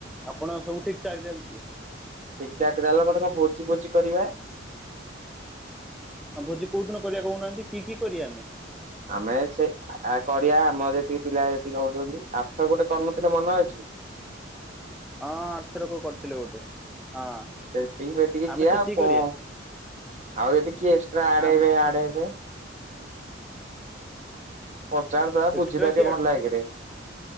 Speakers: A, in the centre; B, on the right.
A: ଆପଣ ସବୁ ଠିକ୍ ଠାକ୍ ଚାଲିଚି!
B: ଟିକ୍ ଟାକ୍ ଚାଲ ଗଁଟେ କଁ ଭୋଜି ଫୋଜି କରିବା?
A: ଆଁ ଭୋଜି କୋଉ ଦିନ କରିଆ କହୁନାହାଁନ୍ତି? କି କି କରିଆ ଆମେ?
B: ଆମେ ସେ ଆ-ଆ କରିଆ, ଆମର ଯେତିକି ପିଲା ଯେତିକି ହଉଛନ୍ତି। ଆରଥର୍ ଗୋଟେ କରିନଥିଲେ ମନ ଅଛି!
A: ହଁ, ଆର୍ ଥରକ କରିଥିଲେ ଗୋଟେ, ହଁ।
B: ସେତିକି ସେତିକି
A: ଆମେ
B: ଯିିଆ
A: ସେତିକି
B: ଆଉ କଣ?
A: କରିବା
B: ଆଉ ଯଦି କିଏ ଏକ୍ସଟ୍ରା ଆଡ୍
A: ଆମେ
B: ହେବେ, ଆଡ୍ ହେବେ। ପଚାରଦଆ,
A: ଏକ୍ସଟ୍ରା
B: ବୁଝିଦଆ
A: କିଏ
B: ଟିକେ ଭଲ
A: ଆଡ୍
B: ଆଗେରେ।